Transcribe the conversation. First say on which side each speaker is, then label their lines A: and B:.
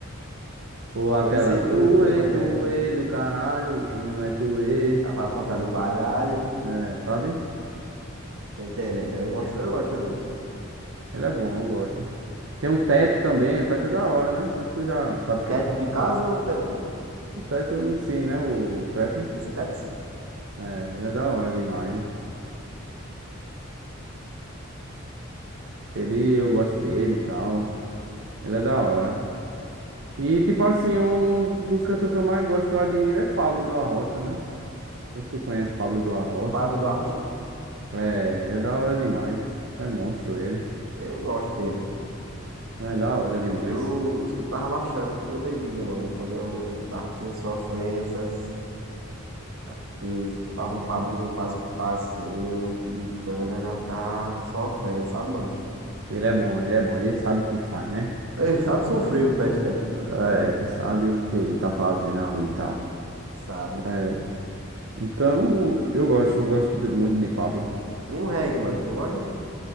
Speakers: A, on the right (about 60°); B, on the right (about 80°).
A: Ou aquela
B: Por esse
A: tuê,
B: tudo quem manda.
A: tuê do caralho, quem não é tuê.
B: dá pra faltar do baralho.
A: É, sabe?
B: Tô entendendo. Eu gosto, eu gosto também.
A: Ele é bom, eu gosto. Tem um teto também, o teto é da hora, né? Não sei se tu já sabe quem.
B: Teto de
A: Tu
B: casa
A: sabe.
B: ou teto.
A: O teto é o MC, né? O trap.
B: MC Tetos?
A: É, ele é da hora demais. Ele, eu gosto dele e tal. Ele é da hora. E, tipo assim, um, um dos cantores que eu mais gosto, que eu admiro, é Pablo do Arrocha, né? Não sei se tu conhece Pablo do Arrocha.
B: Pablo do Arrocha?
A: É, ele é da hora demais. É monstro ele.
B: Eu gosto dele.
A: É da hora demais.
B: Eu escutava bastante quando eu bebia, mano. Quando eu dava, tinha sofrências. É porque escutava um Pablozinho pra escutar assim, um litro de cana, já ficava sofrendo, sabe, mano?
A: Ele é bom, ele é bom. Ele sabe o que faz, né?
B: Ei, sabe sofrer o peste, né?
A: É, ele sabe o que tá fazendo ali e tal.
B: Sabe.
A: É, então, eu gosto, eu gosto de- muito de Pablo.
B: E um reggae, mano. Tu gosta?